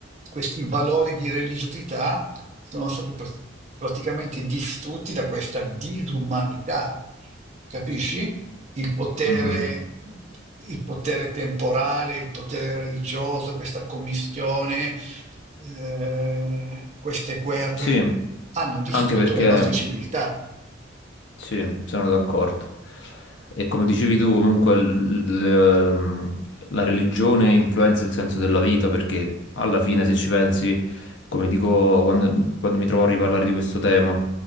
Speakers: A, on the right; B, on the left.
A: questi valori di religiosità sono stati pr- praticamente distrutti da questa disumanità. Capisci? Il potere,
B: mhm.
A: il potere temporale, il potere religioso, questa commistione, eh, queste guerre
B: Sì,
A: hanno distrutto
B: anche perché...
A: le nostre civiltà.
B: Sì, sono d'accordo. E come dicevi tu, comunque l- l- ehm, la religione influenza il senso della vita perché alla fine, se ci pensi, come dico quando, quando mi trovo a riparlare di questo tema,